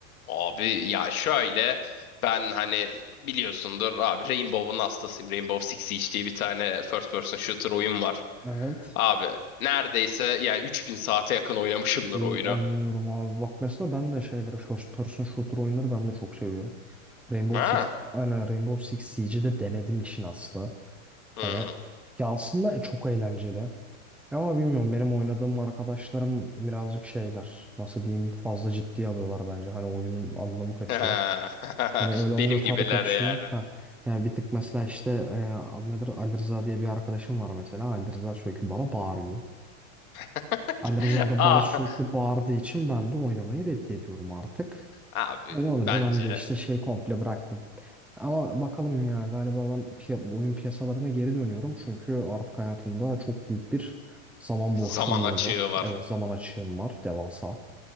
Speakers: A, on the left; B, in the centre.
A: Abi ya şöyle ben hani biliyorsundur abi Rainbow'un hastasıyım. Rainbow Six Siege diye bir tane first person shooter oyun var.
B: Evet.
A: Abi neredeyse yani 3000 saate yakın oynamışımdır
B: Oo,
A: oyunu.
B: Anlıyorum abi. Bak mesela ben de şeyleri first person shooter oyunları ben de çok seviyorum. Rainbow
A: Ha?
B: Six, aynen Rainbow Six Siege'i de denedim işin aslı.
A: Hı.
B: Hani ya aslında çok eğlenceli. Ama bilmiyorum benim oynadığım arkadaşlarım birazcık şeyler. Nasıl diyeyim fazla ciddiye alıyorlar bence. Hani oyunun anlamı kaçıyor.
A: <laughs>
B: Hani öyle
A: Benim
B: olunca tadı
A: gibiler
B: kaçıyor.
A: yani.
B: Ha. Yani bir tık mesela işte e, adı nedir Ali Rıza diye bir arkadaşım var mesela. Ali Rıza sürekli bana bağırıyor.
A: <laughs>
B: Ali Rıza da bana sürekli
A: Ah,
B: bağırdığı için ben de oynamayı reddediyorum artık.
A: abi
B: Öyle olunca
A: bence
B: ben de işte şey komple bıraktım. Ama bakalım ya galiba ben piya- bu oyun piyasalarına geri dönüyorum. Çünkü artık hayatımda çok büyük bir zaman boşluğum
A: zaman açığı
B: olacak.
A: var.
B: Evet zaman açığım var devasa.